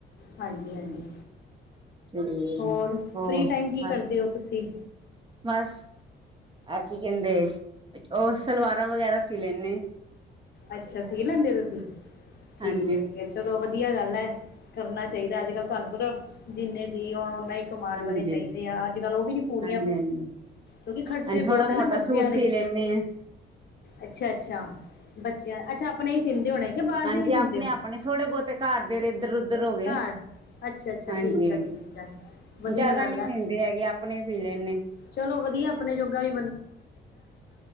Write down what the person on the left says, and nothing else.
ਹਾਂਜੀ ਹਾਂਜੀ,
ਹੋਰ
ਫ੍ਰਰੀ ਟਾਈਮ ਕੀ
ਕਰਦੇ ਓ ਤੁਸੀਂ?
ਅੱਛਾ, ਸੀ ਲੈਂਦੇ ਤੁਸੀਂ ਠੀਕ
ਐ ਠੀਕ ਐ ਚਲੋ ਵ ਵਧੀਆ ਗੱਲ ਐ ਕਰਨਾ ਚਾਹੀਦਾ ਅੱਜ ਕੱਲ੍ਹ ਤੁਹਾਨੂੰ ਪਤਾ ਜਿੰਨੇ ਜੀਅ ਹੋਣ ਓਨਾ ਹੀ। ਕਮਾਣ
ਵਾਲੇ ਚਾਹੀਦੇ ਆ ਅੱਜ ਕੱਲ੍ਹ ਉਹ ਵੀ ਨੀ ਪੂ
ਕਿਉਂਕਿ ਖ਼ਰਚੇ
ਬਹੁਤ
ਆ
ਨਾ ਬੱਚਿਆਂ
ਦੇ
ਅੱਛਾ ਅੱਛਾ ਬੱਚਿਆਂ ਅੱਛਾ ਆਪਣੇ ਹੀ ਸਿੰਦੇ ਹੋਣੇ। ਕਿ ਬਾਹਰ
ਦੇ ਵੀ ਸਿੰਦੇ
ਹੋ
ਘਰ ਅੱਛਾ ਅੱਛਾ
ਠੀਕ ਆ ਠੀਕ ਆ ਵਧੀਆ
ਗੱਲ
ਹੈ
ਚਲੋ ਵਧੀਆ ਆਪਣੇ ਜੋਗਾ ਵੀ